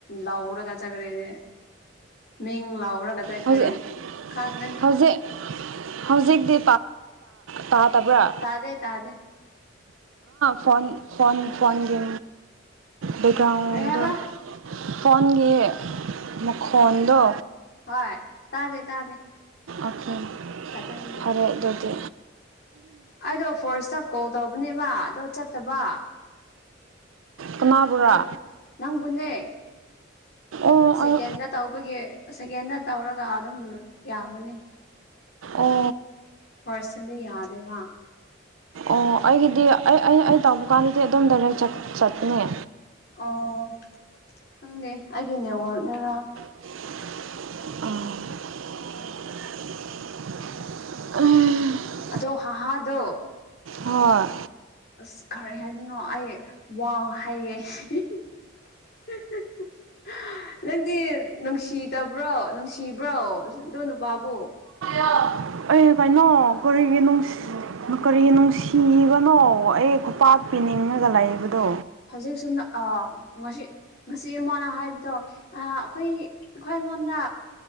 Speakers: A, on the left; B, on the right.
A: ꯂꯥꯎꯔꯒ ꯆꯠꯈ꯭ꯔꯦꯅꯦ ꯃꯤꯡ ꯂꯥꯎꯔꯒ ꯆꯠꯈ꯭ꯔꯦ
B: ꯍꯧꯖꯤꯛ
A: ꯈꯪꯒꯅꯤ
B: ꯍꯧꯖꯤꯛ ꯍꯧꯖꯤꯛꯇꯤ ꯇꯥꯗꯕ꯭ꯔꯥ
A: ꯇꯥꯗꯦ ꯇꯥꯖꯦ
B: ꯐꯣꯟ ꯐꯣꯟꯣꯟ ꯐꯣꯟꯒꯦ ꯒꯗꯨ
A: ꯀꯔꯤ ꯍꯥꯏꯕ
B: ꯐꯣꯟꯒꯤ ꯃꯈꯣꯟꯗꯣ
A: ꯍꯣꯏ ꯇꯥꯗꯦ ꯇꯥꯗꯦ
B: ꯑꯀ
A: ꯐꯖꯅ ꯌꯥꯏ
B: ꯐꯔꯦ ꯑꯗꯨꯗꯤ
A: ꯑꯩꯗꯣ ꯐꯥꯔꯁꯇ ꯀꯣꯜ ꯇꯧꯕꯅꯦꯕ ꯑꯗꯣ ꯆꯠꯇꯕ
B: ꯀꯅꯥꯕꯨꯔꯥ
A: ꯅꯣ ꯅꯪꯕꯨꯅꯦ
B: ꯑꯣ
A: ꯁꯦꯀꯦꯟꯗ
B: ꯑꯩ
A: ꯇꯧꯕꯒꯤ ꯁꯦꯀꯦꯟꯗ ꯇꯧꯔꯒ ꯑꯗꯨꯝ ꯌꯥꯕꯅꯤ
B: ꯑꯣ
A: ꯐꯔꯁꯟꯗꯤ ꯌꯥꯗꯦꯕ
B: ꯑꯣ ꯑꯩꯒꯤꯗꯤ ꯑꯩ ꯑꯩ ꯑꯩ ꯇꯧꯕ ꯀꯥꯟꯗꯗꯤ ꯑꯗꯨꯝ ꯗꯥꯏꯔꯦꯛ ꯆꯠꯄꯅꯦ
A: ꯑꯣ ꯈꯪꯗꯦ ꯑꯩꯒꯤ ꯅꯦꯠꯋꯔꯛꯅꯔ
B: ꯎ
A: ꯑꯗꯣ ꯍꯥꯍꯥꯗꯣ
B: ꯍꯣꯏ
A: ꯑꯁ ꯈꯔ ꯍꯥꯏꯗꯅꯣ ꯑꯩ ꯋꯥꯡ ꯍꯥꯏꯒꯦ <inaudible> ꯅꯪꯗꯤ ꯅꯨꯡꯁꯤꯗꯕ꯭ꯔꯣ ꯅꯨꯡꯁꯤꯕ꯭ꯔꯣ ꯑꯗꯣ ꯅꯨꯄꯥꯕꯨ
B: <inaudible> ꯑꯦ ꯀꯩꯅꯣ ꯀꯔꯤꯒꯤ ꯅꯨꯡꯁꯤ ꯀꯔꯤ ꯅꯨꯡꯁꯤꯕꯅꯣ ꯑꯩ ꯈꯨꯄꯥꯛ ꯄꯤꯅꯤꯡꯉꯒ ꯂꯩꯕꯗꯣ
A: ꯍꯧꯖꯤꯛꯁꯨ ꯑ ꯉꯁꯤ ꯉꯁꯤ ꯑꯩꯉꯣꯟꯅ ꯍꯥꯏꯕꯗꯣ ꯑꯩꯈꯣꯏ ꯑꯩꯈꯣꯏ ꯑꯩꯉꯣꯟꯗ